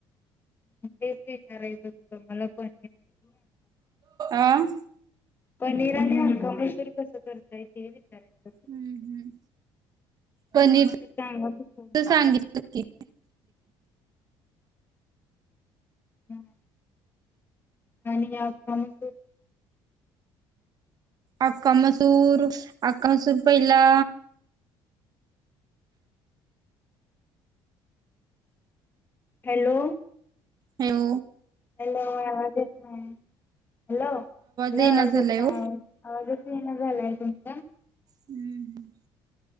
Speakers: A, on the left; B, on the right.
A: तेच विचारायचं मला पण
B: आं.
A: पनीर कणी अक्का मसूर कस करताय हे विचारयचं
B: हम्म पनीरच
A: ते सांग
B: सांगितलं की
A: हम्म. आणि आमच.
B: आक्का मसूर आक्का मसूर पहिला
A: हॅलो,
B: हो.
A: हॅलो आवाज येतोय ना. हॅलो
B: येईना
A: आवाज
B: झालाय
A: येत नाही
B: ओ
A: आवाज झालंय तुमचा?
B: हम्म हम्म.